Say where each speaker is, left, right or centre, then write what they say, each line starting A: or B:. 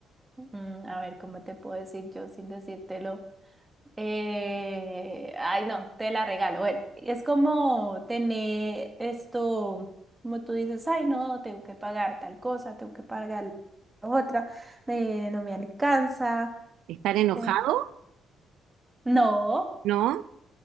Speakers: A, on the right; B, on the right.
A: mm, a ver, ¿cómo te puedo decir yo sin decírtelo? Eh, ay, no, te la regalo. Bueno, es como tener esto, como tú dices, ay, no, tengo que pagar tal cosa, tengo que pagar la otra, eh, no me alcanza.
B: Estar enojado,
A: eh, no,
B: ¿no?